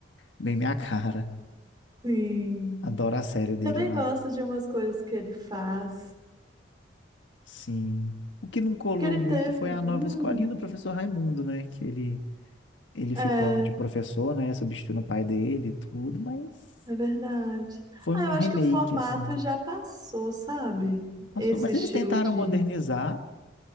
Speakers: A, on the left; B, on the right.
A: bem minha cara.
B: sim.
A: Adoro a série dele
B: Também
A: lá.
B: gosto de umas coisas que ele faz.
A: Sim. O que não colou
B: Que ele
A: muito
B: teve.
A: foi a nova
B: Hum,
A: escolinha do professor Raimundo, né? Que ele, ele
B: é.
A: ficou de professor, né? Substituindo o pai dele e tudo, mas
B: É verdade.
A: foi
B: Ah,
A: um
B: eu acho
A: remake,
B: que o formato
A: assim.
B: já passou, sabe?
A: Passou.
B: Esse
A: Mas
B: estilo
A: eles tentaram
B: de.
A: modernizar,